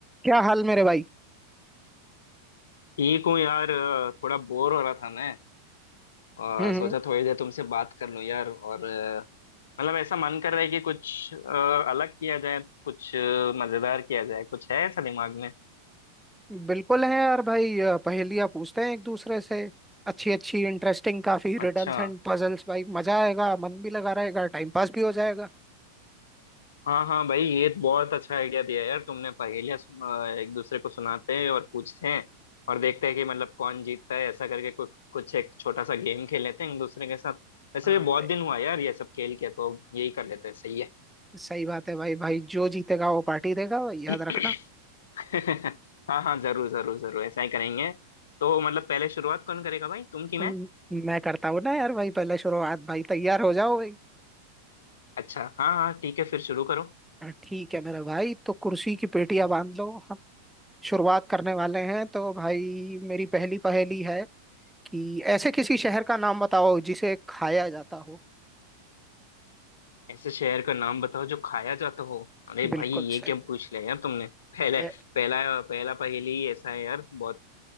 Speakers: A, in the centre; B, on the left.
A: क्या हाल मेरे भाई
B: ठीक हूँ यार अ, थोड़ा बोर हो रहा था मैं और
A: हम्म
B: सोचा थोड़ी देर तुमसे बात कर लूँ यार और अ, मतलब ऐसा मन कर रहा है कि कुछ अ, अलग किया जाए कुछ अ, मजेदार किया जाए कुछ है ऐसा दिमाग में
A: हम्म, बिल्कुल है यार भाई अ, पहेलियाँ पूछते हैं एक दूसरे से अच्छी अच्छी इंटरेस्टिंग काफी रिडल्स
B: अच्छा
A: एंड पजल्स भाई मजा आएगा मन भी लगा रहेगा टाइम पास भी हो जाएगा
B: हाँ हाँ भाई ये तो बहुत अच्छा आइडिया दिया यार तुमने पहेलियाँ सुन- अ, एक दूसरे को सुनाते हैं और पूछते हैं और देखते हैं कि मतलब कौन जीतता है ऐसा करके कुछ कुछ एक छोटा सा गेम खेल लेते हैं एक दूसरे के साथ वैसे
A: हाँ
B: भी बहुत
A: भाई
B: दिन हुआ यार ये सब खेल के तो यही कर लेते हैं सही है
A: सही बात है भाई भाई जो जीतेगा वो पार्टी देगा भाई याद
B: <clears throat>
A: रखना
B: <laughs> हाँ हाँ जरूर जरूर जरूर ऐसा ही करेंगे तो मतलब पहले शुरुआत कौन करेगा भाई तुम कि मैं
A: हम्म, मैं करता हूँ ना यार भाई पहले शुरुआत भाई तैयार हो जाओ भाई
B: अच्छा हाँ हाँ ठीक है फिर शुरू करो
A: हाँ, ठीक है मेरे भाई तो कुर्सी की पेटियां
B: हम्म,
A: बांध लो हम शुरुआत करने वाले हैं तो भाई मेरी पहली पहेली है कि ऐसे किसी शहर का नाम बताओ जिसे खाया जाता हो
B: ऐसे शहर का नाम बताओ जो खाया जाता हो अरे
A: बिल्कुल
B: भाई ये
A: सही
B: क्या पूछ लिया यार तुमने पहले
A: ए,
B: पहला पहला पहेली ही ऐसा है यार बहुत